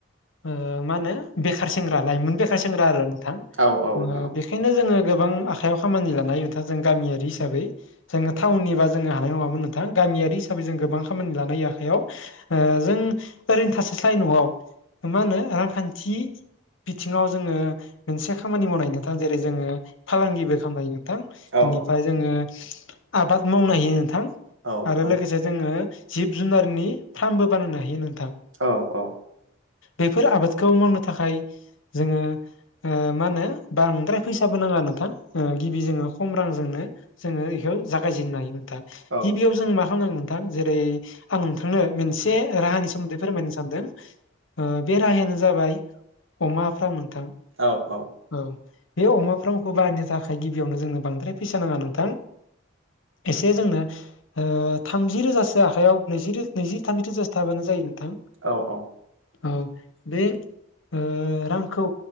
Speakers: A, on the left (about 80°); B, on the right (about 85°).
A: ओ मा होनो बेखार सेंग्रा लाइमोन बेखार सेंग्रा आरो नोंथां
B: औ औ नोंथां
A: ओ
B: औ
A: बे खायनो जोङो गोबां आखाइयाव खामानि लानाय नोंथां जों गामियारि हिसाबै जोङो टाउननि बा जोङो हानाय नङामोन नोंथां गामियारि हिसाबै जों गोबां खामानि लानाय आखाइयाव। ओ जों ओरैनो थास स्लाय न'आव मा होनो रांखान्थि बिथिङाव जोङो मोनसे खामानि मावनाय नोंथां जेरै- जोङो फालांगिबो खालामनो हायो नोंथां
B: औ
A: इनिफाय जोङो आबाद मावनो हायो नोंथां
B: औ
A: आरो
B: औ
A: लोगोसे जोङो जिब जुन नारनि फार्मबो बानायनो हायो नोंथां।
B: औ औ।
A: बेफोर आबादखौ मावनो थाखाय जोङो ओ मा होनो? बांद्राय फैसाबो नाङा नोंथां ओ गिबि जोङो खम रांजोंनो। जोङो इखौ जागायजेननो हायो नोंथां
B: औ
A: गिबियाव जों मा खालामनांगोन नोंथां जेरै आं नोंथांनो मिन नसे राहानि सोमोन्दै फोरमायनो सानदों बे राहायानो जाबाय। अमा फ्राम नोंथां।
B: औ औ।
A: औ बे अमाफ्रामखौ बाहायनो थाखाय गिबियावनो जोंनो बांद्राय फैसा नाङा नोंथां। एसे जोंनो थामजि ओ रोजासो आखायाव नैजि रो नैजि थामजि रोजासो थाबानो जायो नोंथां।
B: औ औ।
A: औ बे ओ रांखौ